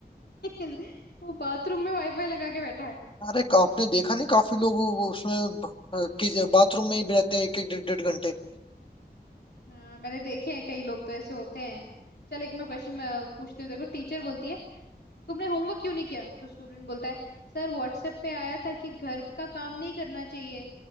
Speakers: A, on the left; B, on the left.
A: <laughs> वो बाथरूम में वाईफाई लगा के बैठा है
B: अरे आपने देखा नहीं काफी लोग वो- उसमें ब- कि- बाथरूम में ही रहते हैं एक एक डेढ़ डेढ़ घंटे
A: हाँ मैंने देखे हैं कई लोग तो ऐसे होते हैं चल एक मैं क्वेश्चन मैं पूछती हूँ देखो टीचर बोलती है तुमने होमवर्क क्यों नहीं किया तो स्टूडेंट बोलता है सर व्हाट्सएप पे आया था कि घर का काम नहीं करना चाहिए